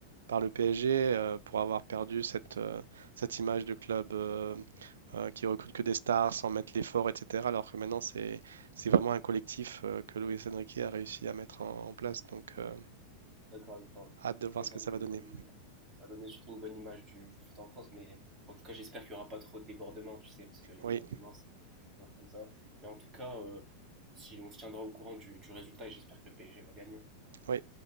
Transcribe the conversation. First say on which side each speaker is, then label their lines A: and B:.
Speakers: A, on the right; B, on the right.
A: par le PSG euh, pour avoir perdu cette, euh, cette image de club euh, euh, qui recrute que des stars sans mettre l'effort, etc. Alors que maintenant, c'est, c'est vraiment un collectif euh, que Luis Enrique a réussi à mettre en, en place. Donc, euh,
B: D'accord avec toi.
A: hâte de
B: Franchement,
A: voir
B: ça
A: ce que
B: a
A: ça
B: donné
A: va
B: une
A: donner.
B: bonne image. Ça a donné surtout une bonne image du, du foot en France. Mais en tout cas, j'espère qu'il n'y aura pas trop de débordements, tu sais, parce que les
A: Oui,
B: débordements, c'est toujours comme ça. Mais en tout cas, euh, si on se tiendra au courant du, du résultat, et j'espère que le PSG va gagner.
A: oui.